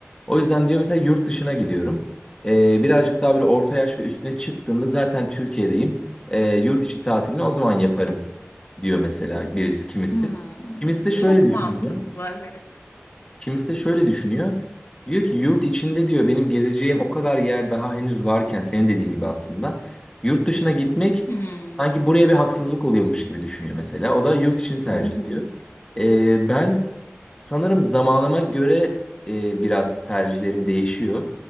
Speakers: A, on the left; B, on the left.
A: O yüzden diyor mesela yurt dışına gidiyorum. Ee, birazcık daha böyle orta yaş ve üstüne çıktığımda zaten Türkiye'deyim. Ee, yurt içi tatilini o zaman yaparım diyor mesela birisi kimisi.
B: Hmm,
A: Kimisi de şöyle
B: Çok
A: düşünüyor.
B: mantıklı. Evet.
A: Kimisi de şöyle düşünüyor. Diyor ki yurt içinde diyor benim gezeceğim o kadar yer daha henüz varken senin dediğin gibi aslında yurt dışına gitmek
B: Hmm,
A: sanki buraya bir haksızlık oluyormuş gibi düşünüyor mesela. O da yurt için tercih
B: Hı hı.
A: ediyor. Ee, ben sanırım zamanıma göre e, biraz tercihlerim değişiyor.